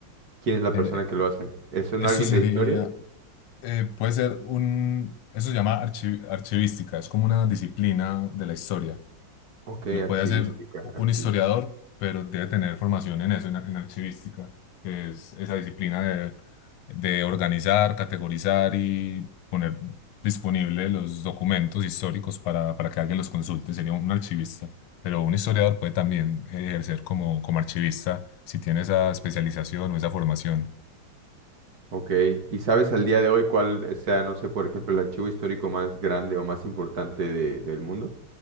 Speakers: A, on the right (about 50°); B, on the left (about 85°).
A: ¿Quién es la
B: Eh,
A: persona que lo hace? ¿Es un
B: eso
A: alguien
B: sería,
A: de historia?
B: eh, puede ser un, eso se llama archi- archivística, es como una disciplina de la historia.
A: Ok,
B: Lo
A: archivística,
B: puede hacer un
A: archivística.
B: historiador, pero debe tener formación en eso, en, en archivística, que es esa disciplina de, de organizar, categorizar y poner disponible los documentos históricos para, para que alguien los consulte. Sería un archivista. Pero un historiador puede también eh, ejercer como, como archivista si tiene esa especialización o esa formación.
A: Ok, ¿y sabes al día de hoy cuál sea, no sé, por ejemplo, el archivo histórico más grande o más importante de- del mundo?